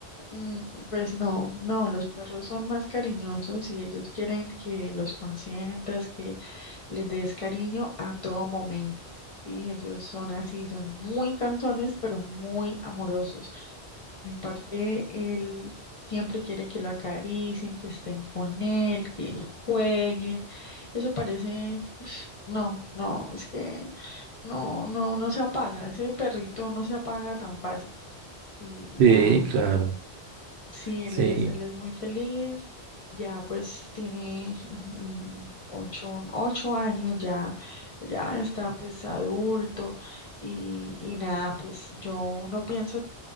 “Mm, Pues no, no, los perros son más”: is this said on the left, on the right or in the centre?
Left